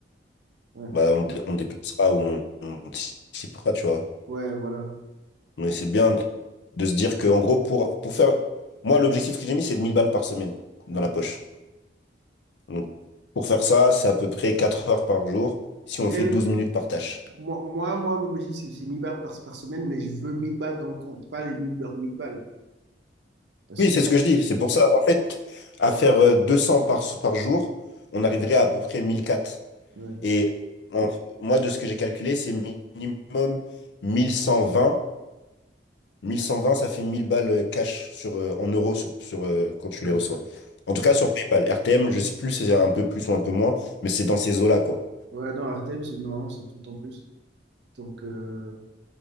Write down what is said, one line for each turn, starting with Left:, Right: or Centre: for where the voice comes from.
Right: Ouais.
Left: Bah, on, dé- on déplacera ou on, on anticipera, tu vois.
Right: Ouais, voilà.
Left: Mais c'est bien de se dire que, en gros, pour, pour faire. Moi, l'objectif que j'ai mis, c'est de 1000 balles par semaine
Right: Ouais.
Left: dans la poche. Donc, pour faire ça, c'est à peu près 4 heures par jour si
Right: Mais
Left: on fait
Right: le-
Left: douze minutes par tâche.
Right: moi, moi, moi, mon objectif, c'est c'est 1000 balles par, par semaine, mais je veux 1000 balles dans le compte, pas les 1000 leurs 1000 balles. Parce
Left: Oui,
Right: que,
Left: c'est ce que je dis. C'est pour ça, en fait, à faire euh, 200 par, par jour, on arriverait à à peu près 1004.
Right: ouais,
Left: Et en- moi, de ce que j'ai calculé, c'est minimum 1120 1120 ça fait 1000 balles euh, cash sur, euh, en euros sur, sur, euh, quand tu
Right: ouais.
Left: les reçois. En tout cas, sur PayPal. RTM, je sais plus si c'est un peu plus ou un peu moins, mais c'est dans ces eaux-là, quoi.
Right: Ouais, non, Artem, c'est non, c'est tout en plus. Donc, euh,